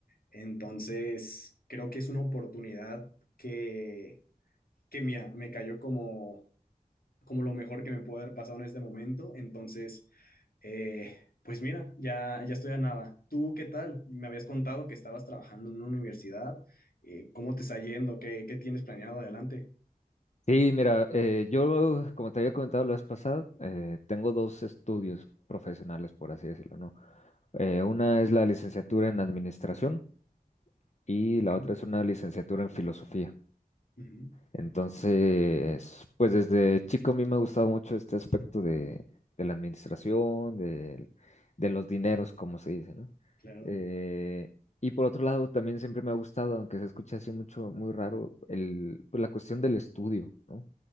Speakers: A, on the left; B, on the left.
A: Entonces creo que es una oportunidad que, que mira, me cayó como, como lo mejor que me puede haber pasado en este momento. Entonces eh, pues mira, ya, ya estoy a nada. ¿Tú qué tal? Me habías contado que estabas trabajando en una universidad. Eh, ¿cómo te está yendo? ¿Qué, qué tienes planeado adelante?
B: Sí, mira, eh, yo, como te había comentado la vez pasada, eh, tengo dos estudios profesionales, por así decirlo, ¿no? Eh, una es la licenciatura en administración y la
A: Ok.
B: otra es una licenciatura en filosofía.
A: Ujú,
B: Entonces, pues desde chico a mí me ha gustado mucho este aspecto de, de la administración, del- de, los dineros, como se dice, ¿no?
A: Claro.
B: Eh, y por otro lado, también siempre me ha gustado, aunque se escucha así mucho, muy raro, el, pues la cuestión del estudio, ¿no?